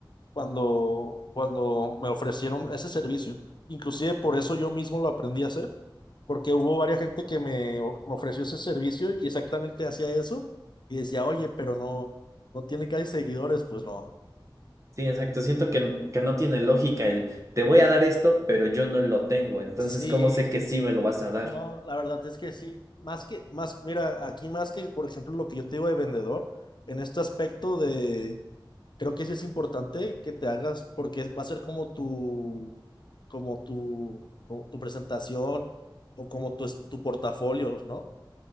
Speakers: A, on the left (about 60°); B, on the right (about 40°).
A: Cuando, cuando me ofrecieron ese servicio, inclusive por eso yo mismo lo aprendí a hacer, porque hubo varias gente que me, o- me ofreció ese servicio y exactamente hacía eso, y decía, oye, pero no, no tiene casi seguidores, pues no.
B: Sí, exacto. Siento que, que no tiene lógica el te voy a dar esto, pero yo no lo tengo. Entonces,
A: Sí.
B: ¿cómo sé que sí me lo vas a dar?
A: Y no, la verdad es que sí. Más que, más, mira, aquí más que, por ejemplo, lo que yo te digo de vendedor, en este aspecto de, creo que sí es importante que te hagas, porque va a ser como tu, como tu, como tu presentación o como tu, es- tu portafolio, ¿no?